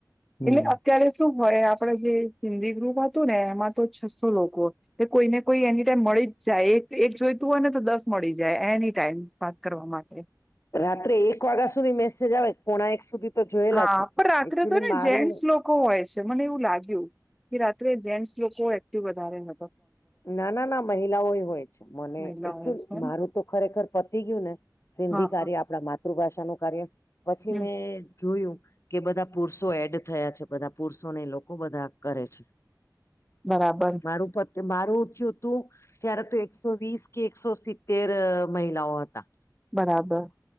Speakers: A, on the left; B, in the centre.
A: હમ
B: એટલે અત્યારે શું હોય આપડે જે સિંધી ગ્રુપ હતું ને એમાં તો છસો લોકો તે કોઈને કોઈ એની ટાઈમ મળી જ જાય એક એક જોઈ તું અને તો દસ મળી જાય એની ટાઈમ વાત કરવા માટે
A: રાત્રે એક વાગા સુધી મેસેજ આવે પોણા એક સુધી તો જોયેલા
B: હા
A: છે
B: પણ રાત્રે
A: એકચુલી
B: તોને
A: મારું
B: જેન્ટસ લો કો હોય છે, મને એવું લાગ્યું કે રાત્રે જેન્ટસ લોકો એક્ટિવ વધારે નત
A: ના ના ના મહિલાઓ હોય મને
B: મહિલાઓ
A: એક્ચ્યુલ
B: હોય છે
A: મારું તો ખરેખર પતી ગયું ને સિંધી
B: હા
A: કાર્ય
B: હા
A: આપણા માતૃભાષાનું કાર્ય પછી
B: હમ
A: મેં જોયું કે બધા પુરુષો એડ થયા છે, બધા પુરુષોને એલોકો બધા કરે છે.
B: બરાબર.
A: મારું પ મારું ઊ થયું હતું ત્યારે તો એકસો વીસ કે એકસો સિત્તેર મહિલાઓ હતા.
B: બરાબર.